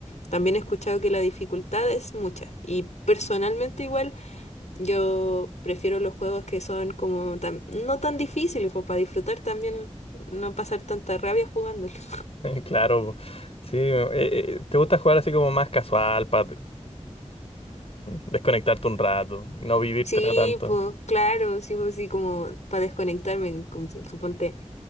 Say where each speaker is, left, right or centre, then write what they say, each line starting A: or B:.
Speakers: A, on the left; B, on the left.
A: también he escuchado que la dificultad es mucha. Y personalmente igual yo prefiero los juegos que son como tan- no tan difíciles, pues para disfrutar también, no pasar tanta rabia jugándolos. <laughs>
B: Claro, sí. eh, eh, ¿te gusta jugar así como más casual para desconectarte un rato, no vivírtela
A: Sí,
B: tanto?
A: pues claro, sí, pues sí, como para desconectarme, como si- suponte,